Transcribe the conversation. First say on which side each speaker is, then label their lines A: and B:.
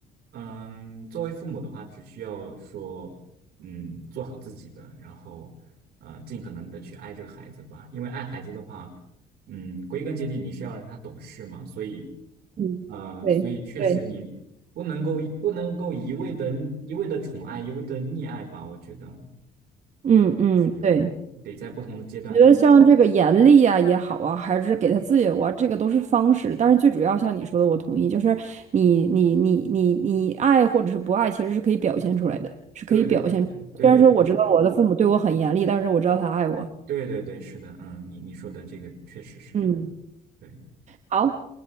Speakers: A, on the right; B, on the right.
A: 嗯，作为父母的话，只需要说，嗯，做好自己的，然后，呃，尽可能的去爱这个孩子吧。因为爱孩子的话，嗯，归根结底你是要让他懂事嘛，所以，
B: 嗯，
A: 呃，
B: 对对，
A: 所以确实你不能够不能够一味的一味的宠爱，一味的溺爱吧，我觉得，
B: 嗯嗯，
A: 对，就是有有得在不同的阶段对，
B: 对。我觉得像这个严厉啊也好啊，还是给他自由啊，这个都是方式。但是最主要像你说的，我同意，就是你你你你你爱或者是不爱，其实是可以表现出来的，是可以表现。
A: 对对对对对对对是，
B: 虽然说我知道我的父母对我很严厉，但是我知道他爱我。
A: 对对对是的，嗯，你你说的这个确实是的，
B: 嗯，
A: 嗯，对，
B: 好，